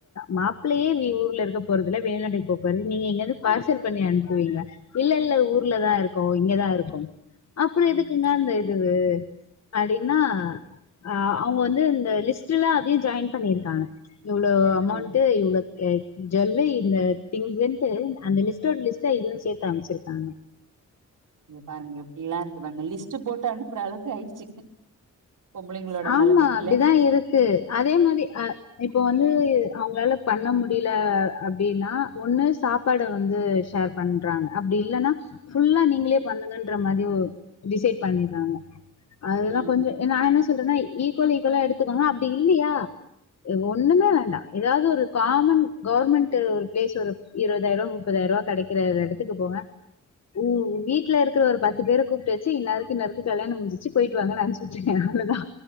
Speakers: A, on the left (about 55°); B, on the right (about 80°).
A: மாப்ளயே ஊர்ல இருக்க போறதுல்ல வெளிநாட்டுக்கு போப்போறாரு நீங்க எங்கையாது பார்சல் பண்ணி அனுப்புவீங்க இல்ல இல்ல ஊர்ல
B: ம்
A: தா இருக்கோ இங்கதா இருக்கோ அப்புறோ எதுக்குங்க
B: ம்
A: அந்த ரவ்வு அப்டின்னா அ அவுங்க வந்து இந்த லிஸ்ட்ல அதையு ஜாயின் பண்ணிருக்காங்க இவ்ளோ அமௌண்ட்
B: ம்.
A: ட்டு இவ்ளோ கேட் ஜுல்லு இந்த திங்ஸ்ன்ட்டு அந்த லிஸ்ட்டோட லிஸ்டா இதுவு சேத்து அமிச்சிருக்காங்க
B: இங்க பாருங்க எப்படியல்லா இருக்கறாங்க லிஸ்ட்டு போட்டு அனுப்புற அளவுக் ஆயிடுச்சு பொம்பளைங்களோட
A: ஆமா
B: நெலம
A: அப்டிதா
B: இல்ல
A: இருக்கு அதே மாரி அ இப்போ வந்து அவுங்களால பண்ண முடியல அப்டின்னா ஒண்ணு சாப் பாட வந்து ஷேர் பண்றாங்க அப்டி இல்லன்னா ஃபுல்லா நீங்களே பண்ணங்கன்ற மாரி ஒர் டிசைட் பண்ணிறாங்க அதெல்லா
B: ம்
A: கொஞ்சோ நா என்ன சொல்றேன்னா ஈக்குவல் ஈக்குவலா எடுத்துக்கோ அப்பிடி இல்லையா அ ஒண்ணுமே வேண்டா ஏதாவது ஒரு காமன் கவர்மெண்ட்டு ஒரு பிளேஸ் ஒரு இருபதாயிரூவா முப்பதாயிரரூவா கடைக்கிற ஒரு எடத்துக்கு போங்க உ வீட்ல இருக்குற ஒரு பத்து பேர கூப்புட்டு வச்சு இன்னாருக்கு இன்னாருக்கு கல்யாணோ முடிஞ்சுச்சு போயிட்டு வாங்கனு அனுப்புச்சுவுட்டீங்கன்னா அவ்ளோ தா